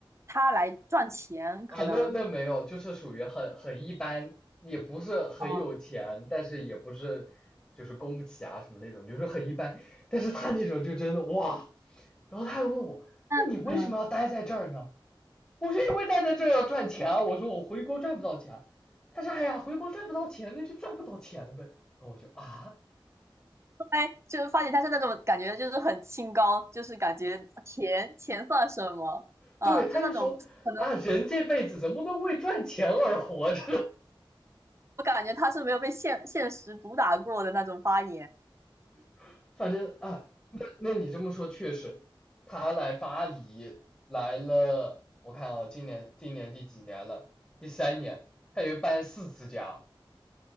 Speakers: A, on the right (about 30°); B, on the left (about 15°).
A: 他来赚钱，
B: 啊，
A: 可能。
B: 那那没有，就是属于很很一般，也不是很有钱，
A: 哦，
B: 但是也不是就是供不起啊什么那种，就是很一般，但是他那种就真的哇，然后他还问我，
A: 那嗯，
B: 那你为什么要待在这儿呢？我是因为待在这要赚钱啊，我说我回国赚不到钱啊，他说哎呀回国赚不到钱那就赚不到钱了呗，然后我就啊，
A: 后来就是发现他是那种感觉就是很清高，就是感觉钱钱算什么啊？
B: 对，他就说啊人这辈子怎么能为赚钱而活着
A: 就是那种可能我感觉他是没有被现现实毒打过的那种发言。
B: <laughs>？反正啊，那那你这么说确实，他来巴黎来了，我看啊，哦今年今年第几年了？第三年，他也搬四次家，